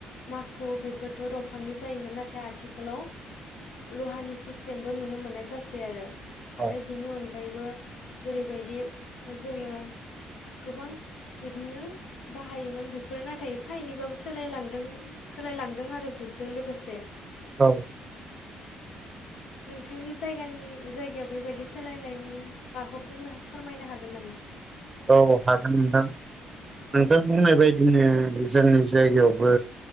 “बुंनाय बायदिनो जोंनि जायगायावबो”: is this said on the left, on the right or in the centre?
Right